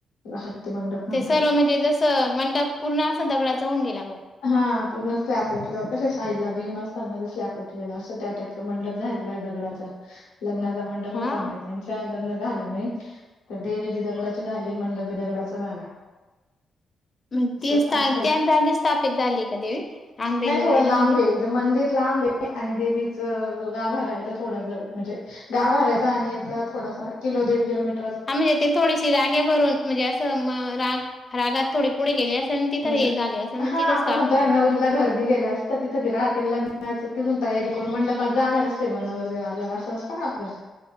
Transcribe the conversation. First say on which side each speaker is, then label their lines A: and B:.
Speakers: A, on the left; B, on the left.
A: हत्ती मंडप. म्हणतात
B: ते सर्व म्हणजे जसं मंडप पूर्ण असं दगडाच होन गेला मग?
A: हा पूर्ण स्लॅप होओतलं कश साईडला बीम असतात ना स्लॅब होओतलेलं अस त्या टाईप तो मंडप झालेला आहे दगडाचा लग्नाचा मंडप
B: हा.
A: होता म्हण त्यांच्या लग्न झालं नाही तर देवी बी दगडाची झाली मंडप बी दगडाचा झाला.
B: मग
A: असं
B: ती
A: अख्खा
B: त्या
A: एक
B: जागे स्थापित झाली आहे का देवी आंबेजोगाईला
A: नाही थोडं लांब
B: म्हणजे?
A: आहे मंदिर लांब आहे आणि देवीच जो गाभार आहे त थोडा जवळ म्हणजे गाभाऱ्याचा आणि याचा थोडासा किलो दीड किलो मीटर
B: हा म्हणजे ते थोडीशी राग्या भरून म्हणजे असं राग रागात थोडी पुढे गेली अस तिथं
A: म्हणजे
B: हे झाले असेल मग
A: हा
B: तिथं
A: आपण
B: स्थापन
A: म्हणतो ना
B: झाली
A: नवरीला घर दिलेलं असतं तिथं राहते लग्ना तिथून तयारी करून मंडपात जाणार असते ब नवरदेव आल्यावर असं. ना आपलं.